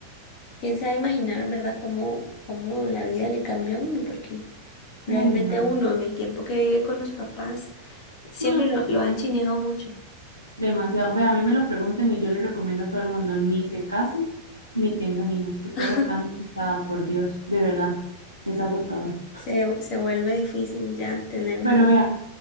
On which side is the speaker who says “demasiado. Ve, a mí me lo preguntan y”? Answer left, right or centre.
Right